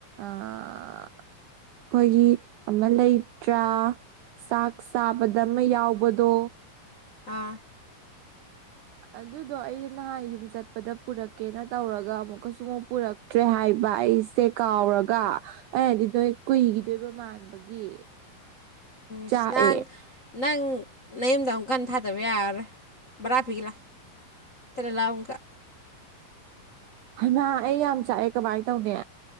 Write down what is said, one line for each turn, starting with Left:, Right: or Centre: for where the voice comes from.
Right: ꯑꯩꯈꯣꯏꯒꯤ ꯑꯃ ꯂꯩꯇ꯭ꯔꯥ ꯆꯥꯛ ꯆꯥꯕꯗ ꯑꯃ ꯌꯥꯎꯕꯗꯣ
Left: ꯑ
Right: ꯑꯗꯨꯗꯣ ꯑꯩꯁꯦ ꯅꯍꯥꯟ ꯌꯨꯝ ꯆꯠꯄꯗ ꯄꯨꯔꯛꯀꯦꯅ ꯇꯧꯔꯒ ꯑꯃꯨꯛꯀꯁꯨ ꯑꯃꯨꯛ ꯄꯨꯔꯛꯇ꯭ꯔꯦ ꯍꯥꯏꯕ ꯑꯩꯁꯦ ꯀꯥꯎꯔꯒ ꯑꯩꯅꯗꯤ ꯅꯣꯏ ꯀꯨꯏꯈꯤꯗꯣꯏꯕ ꯃꯥꯟꯕꯒꯤ
Left: ꯏꯁꯅꯪ
Right: ꯆꯥꯛꯑꯦ
Left: ꯅꯪ ꯅꯌꯨꯝꯗ ꯑꯃꯨꯛꯀꯟꯅ ꯊꯥꯗꯕ ꯌꯥꯔꯦ ꯕꯔꯥ ꯄꯤꯒ ꯂꯥꯛ ꯇꯂ ꯂꯥꯛꯑꯣ ꯑꯃꯨꯛꯀ
Right: ꯍꯥꯏꯩꯃ ꯑꯩ ꯌꯥꯝ ꯆꯥꯛꯑꯦ ꯀꯃꯥꯏ ꯇꯧꯅꯤ